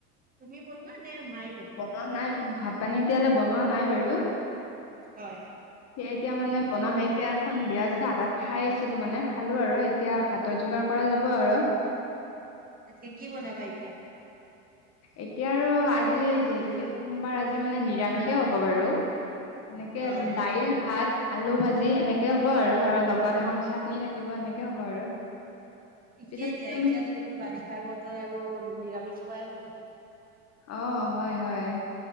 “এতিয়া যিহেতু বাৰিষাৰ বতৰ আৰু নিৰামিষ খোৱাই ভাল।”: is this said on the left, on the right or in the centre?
Right